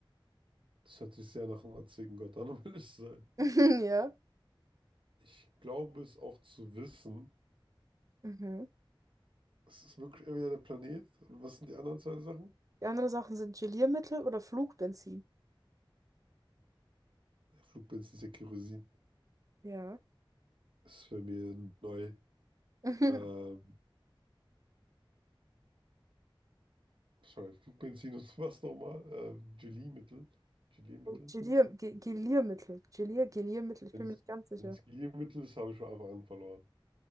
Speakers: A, on the right; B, on the right.
A: Das hört sich sehr nach einem antiken Gott an, <laughs> um ehrlich zu sein.
B: <laughs> Ja.
A: Ich glaube es auch zu wissen,
B: Mhm.
A: Es ist wirklich entweder der Planet. Und was sind die anderen zwei Sachen?
B: Die anderen Sachen sind Geliermittel oder Flugbenzin.
A: Ja, Flugbenzin ist ja Kerosin.
B: Ja.
A: Das ist für mir neu.
B: <laughs>
A: Ähm, sorry, Flugbenzin und <laughs> was nochmal? Ähm, Geliermittel. Geliermittel.
B: Gelier Ge- Geliermittel. Gelier Geliermittel. Ich
A: Wenn
B: bin mir nicht ganz sicher.
A: es Geliermittel ist, habe ich schon einfach an verloren.